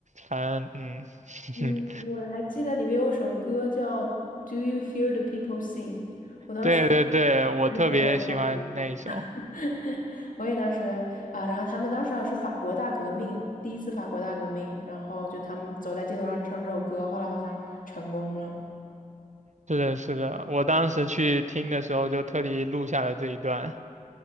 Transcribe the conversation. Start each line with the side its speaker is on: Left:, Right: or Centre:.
Right: 反正嗯，<laughs>
Left: 嗯，我还记得里面有首歌叫《Do You Hear the People Sing》，我当时
Right: 对对对，
Left: <laughs>
Right: 我特别喜欢那一首。
Left: 喜欢这首歌。<laughs> 我也当时啊，然后他们当时好像是法国大革命，第一次法国大革命，然后就他们走在街头上唱这首歌，后来好像成功了。
Right: 是的，是的，我当时去听的时候就特地录下了这一段，